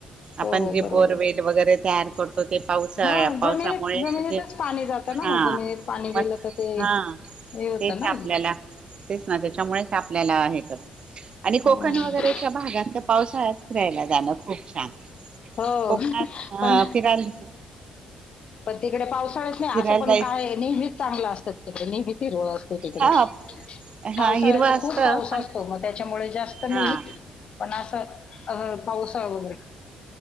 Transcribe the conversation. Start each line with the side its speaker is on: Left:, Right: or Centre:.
Left: हो
Right: आपण जे
Left: बरोबर.
Right: बोरवेल वगैरे तयार करतो ते पावसाळ्या
Left: हा
Right: पावसामुळे
Left: जमिनीत जमिनीतच
Right: ते
Left: पाणी जातं
Right: हा
Left: ना मग जमिनीत पाणी गेलं
Right: म.
Left: तर ते
Right: हा
Left: हे होतं
Right: तेच
Left: ना.
Right: हे आपल्याला तेच ना त्याच्यामुळे तापल्याला आहे कर. आणि
Left: हं.
Right: कोकण वगैरेच्या भागात तर पाऊस का <unintelligible> चिराहायला जाणं. खूप छान.
Left: हो
Right: कोकणात अ
Left: पण
Right: फिरायला
Left: पण तिकडे पाऊस काहीच नाही
Right: फिरायला
Left: असं पण
Right: जायच
Left: काय नेहमीच चांगलं असतात. ही घेती रोज तिकडे
Right: हा हा
Left: पावसाळ्यात
Right: हिरवा असत
Left: खूप पाऊस
Right: पण
Left: असतो मग त्याच्यामुळे जात. जास्त
Right: हा
Left: नाही पण असं असं पाऊसा वे....